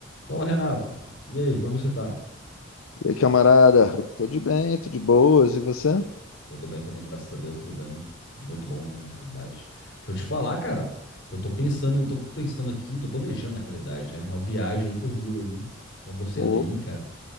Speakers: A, on the left; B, on the left.
A: Fala, Renato. E aí, como é que você tá?
B: E aí, camarada? Tô de bem, tô de boas, e você?
A: Tudo bem também, graças a Deus, tudo bem. Muito bom, né, na realidade. Deixa eu te falar, cara. Eu tô pensando, tô pensando aqui, tô planejando na realidade, né, uma viagem aí pro Rio aí, com você
B: O-
A: é daí, cara.